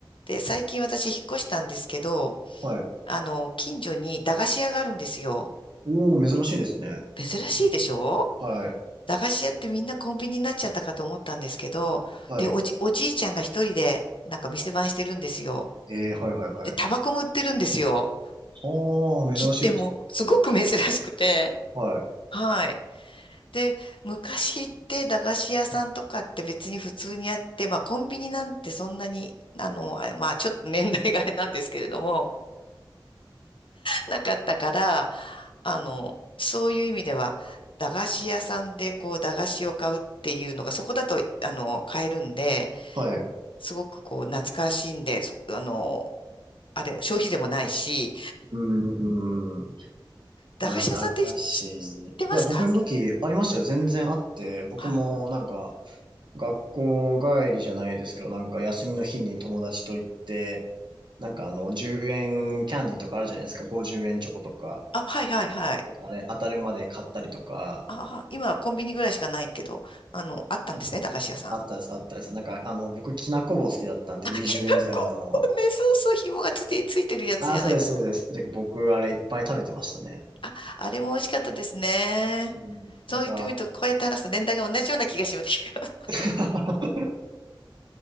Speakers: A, on the left; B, on the right.
A: で、最近私引っ越したんですけど、
B: はい。
A: あの、近所に駄菓子屋があるんですよ。
B: おー、珍しいですね。
A: 珍しいでしょ
B: はい。
A: 駄菓子屋ってみんなコンビニになっちゃったかと思ったんですけど、
B: はい。
A: で、おじ、おじいちゃんが一人でなんか店番してるんですよ。
B: えー、はい、はい、
A: で、
B: はい。
A: タバコも売ってるんですよ。
B: はー、
A: 切手も。
B: 珍しいです。
A: すごく珍しくて。
B: はい。
A: はい。で、昔って駄菓子屋さんとかって別に普通にあって、まあコンビニなんてそんなに、あの、あまあちょっと年代があれなんですけれども、なかったから、あの、そういう意味では、駄菓子屋さんでこう駄菓子を買うっていうのが、そこだと、あの、買えるんで、
B: はい。
A: すごくこう懐かしいんで、そ、あの、あれ、消費税もないし、
B: うーん。
A: 駄菓子屋さんって知ってますか
B: まあでも、駄菓子。いや、僕の時ありましたよ。全然あって。僕もなんか、
A: はい。
B: 学校帰りじゃないですけど、なんか休みの日に友達と行って、なんかあの、10円キャンディーとかあるじゃないですか。50円チョコとか。
A: あ、はいはいはい。
B: なんかあれ、当たるまで買ったりとか、
A: ああ、今はコンビニぐらいしかないけど、あの、あったんですね、駄菓子屋さん。
B: あったです、
A: <laughs>
B: あったです。なんか、あの、僕、きなこ棒好きだったんで、
A: あ、
B: 20円ぐらいの。
A: きなこ。ね、そうそう、紐がつて、ついてるやつじゃないですか。
B: ああ、そうです、そうです。で、僕、あれいっぱい食べてましたね。
A: あ、あれも美味しかったですね。
B: うん、
A: そう言ってみると、
B: なんか、
A: こうやって話す年代が同じような気がします。<laughs>
B: <laughs>